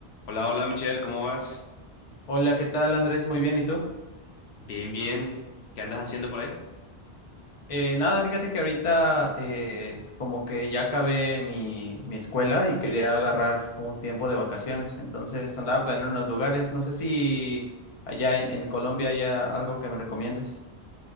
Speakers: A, on the left; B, on the left.
A: Hola, hola Michelle, ¿cómo vas?
B: Hola, ¿qué tal, Andrés? Muy bien, ¿y tú?
A: Bien, bien. ¿Qué andas haciendo por ahí?
B: Eh, nada, fíjate que ahorita eh, como que ya acabé mi, mi escuela y quería agarrar un tiempo de vacaciones, entonces andaba planeando unos lugares. No sé si allá en, en Colombia haya algo que me recomiendes.